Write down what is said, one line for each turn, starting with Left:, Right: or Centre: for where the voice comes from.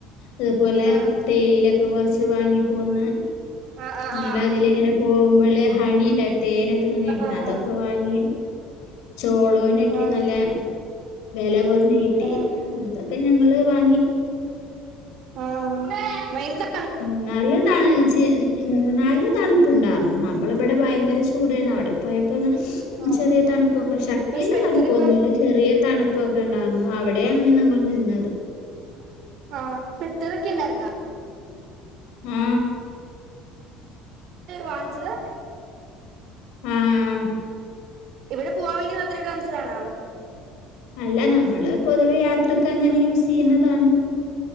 Left: അതുപോലെ
Right: ആഹ്
Left: തേയിലൊക്കെ കൊറച്ച് വാങ്ങി പോന്ന്
Right: ആഹ് ആഹ്
Left: അങ്ങനെ
Right: ആഹ്
Left: അതില ഇങ്ങനെ പോ മ്പള് ഹണിണ്ടാര്ന്നു തേനൊക്കെ ഇങ്ങനെ
Right: ആഹ് ആഹ്
Left: അതൊക്കെ
Right: ആഹ്
Left: വാങ്ങി ചോളോനൊക്കെ
Right: ആഹ്
Left: നല്ല വെല കൊറഞ്ഞ് കിട്ടി
Right: ആഹ്
Left: അതൊക്കെ ഞങ്ങള് വാങ്ങി
Right: ആ വയങ്കര തണു
Left: മൂന്നാറില <unintelligible> മൂന്നാല് തണുപ്പുണ്ടാരുന്നു. നമ്മളിമ്പിടെ ഭയങ്കര ചൂടാരെന്നു അവിടെ പോയപ്
Right: ആഹ്
Left: ചെറിയ തണുപ്പൊക്കെ ശക്തിള്ള
Right: അപ്പൊ സ്വെറ്ററൊക്കെ
Left: തണുപ്പൊന്നുമല്ല ചെറിയ തണുപ്പൊക്കെ ഉണ്ടാർ ന്നവിടെയാണ് നങ്ങൾ നിന്നത്.
Right: ആ പെട്ടതെക്കെ ണ്ടാരിന്നോ?
Left: ആ
Right: വാങ്ച്ചതാ?
Left: ആഹാ
Right: ഇവിടെ പൂവാൻ വേണ്ടി മാത്രം <unintelligible>
Left: അല്ല നമ്മള് പൊതുവെയാത് ത്രക്കങ്ങനെ യൂസെയ്യുന്നതാണ്.